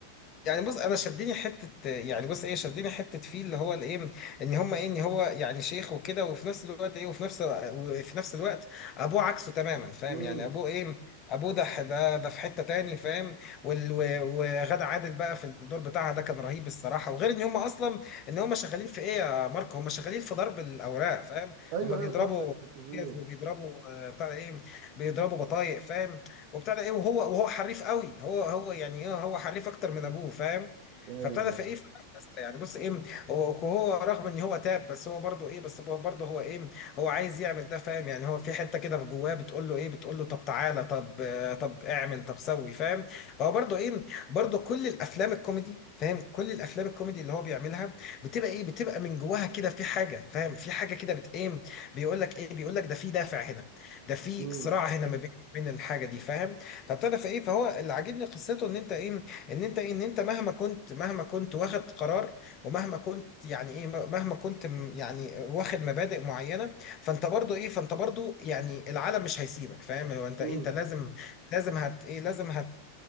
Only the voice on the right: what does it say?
امم
أيوه
أيوه صح حتة التصوير
أيوه
أيوه
امم
امم